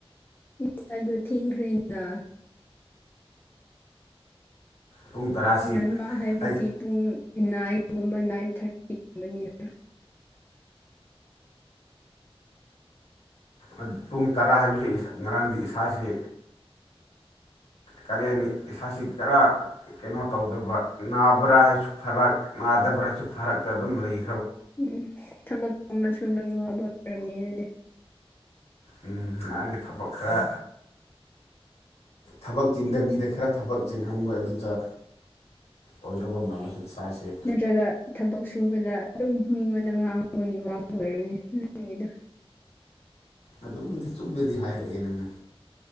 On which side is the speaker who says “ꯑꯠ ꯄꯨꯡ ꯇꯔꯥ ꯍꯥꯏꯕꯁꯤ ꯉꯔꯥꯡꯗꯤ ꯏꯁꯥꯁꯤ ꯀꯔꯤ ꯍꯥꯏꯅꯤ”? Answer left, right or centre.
Left